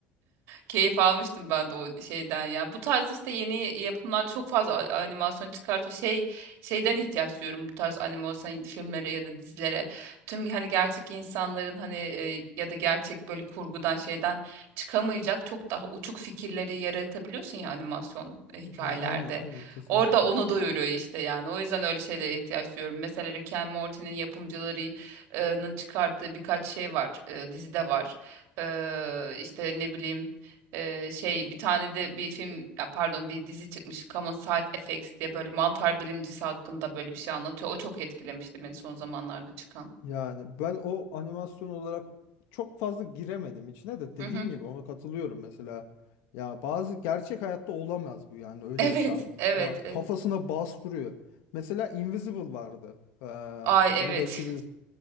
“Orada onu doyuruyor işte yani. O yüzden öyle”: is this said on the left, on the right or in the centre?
Right